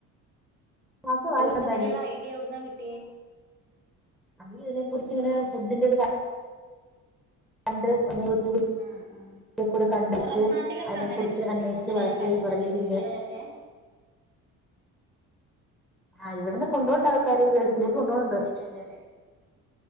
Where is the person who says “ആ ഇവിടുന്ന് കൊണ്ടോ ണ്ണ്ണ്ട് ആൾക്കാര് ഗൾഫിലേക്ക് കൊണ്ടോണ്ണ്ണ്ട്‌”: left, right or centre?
Centre